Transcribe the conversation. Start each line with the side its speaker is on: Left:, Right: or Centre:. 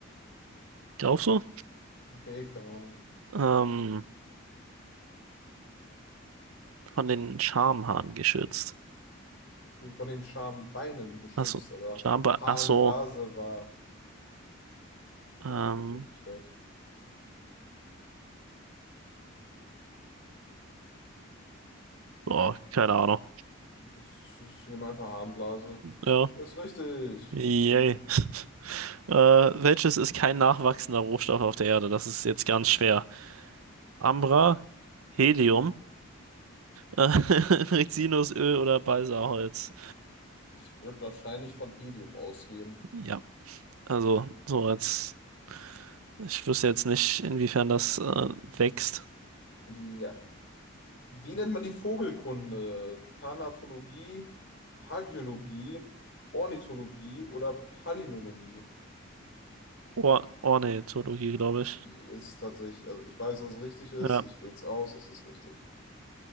Right: Glaubst du?
Left: Nee, keine Ahnung.
Right: Ähm, von den Schamhaaren geschützt.
Left: nee, von den Schambeinen geschützt,
Right: Achso,
Left: aber
Right: Schambe,
Left: Harnblase
Right: achso,
Left: war
Right: ähm,
Left: eine Antwortmöglichkeit.
Right: boah, keine Ahnung.
Left: Das- Ich, ich nehme einfach Harnblase.
Right: Ja,
Left: Das ist richtig.
Right: yay. <laughs> Äh, welches ist kein nachwachsender Rohstoff auf der Erde? Das ist jetzt ganz schwer. Ambra, Helium, äh, <laughs> Rizinusöl oder Balsaholz?
Left: Ich würde wahrscheinlich von Helium ausgehen.
Right: Ja, also so als, ich wüsste jetzt nicht, inwiefern das äh, wächst.
Left: Ja. Wie nennt man die Vogelkunde? Thanatologie, Hagiologie, Ornithologie oder Palynologie?
Right: Or Ornithologie, glaube
Left: Die
Right: ich.
Left: Ist tatsächlich, also ich weiß, dass es richtig ist,
Right: Ja.
Left: ich wähle es aus, es ist richtig.